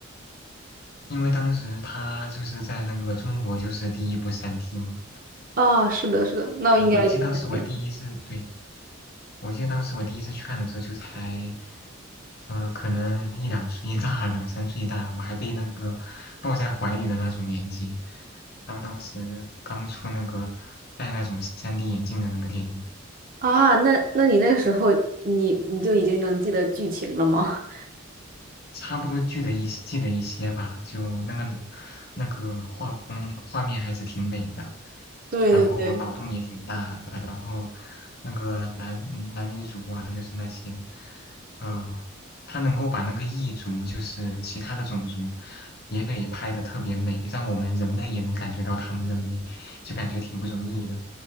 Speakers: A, on the left (about 50°); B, on the right (about 45°).
A: 因为当时他就是在那个中国就是第一部三 d 嘛，
B: 啊，是的，是的，那我应该就是这个
A: 对我记得当时我第一次，对，我记得当时我第一次去看的时候，就才，呃，可能一两岁大，两三岁大，我还被那个抱在怀里的那种年纪，当当时刚出那个戴那种 3D 眼镜的那个电影，
B: 啊。那那你那个时候你你就已经能记得剧情了吗？
A: 差不多记得一记得一些吧，就那个那个画风画面还是挺美的，
B: <laughs> 对对对，
A: 然后脑洞也挺大的，然后那个男男女主啊，就是那些，呃，他能够把那个异族，就是其他的种族，也给拍的特别美，让我们人类也能感觉到他们的美，就感觉挺不容易的。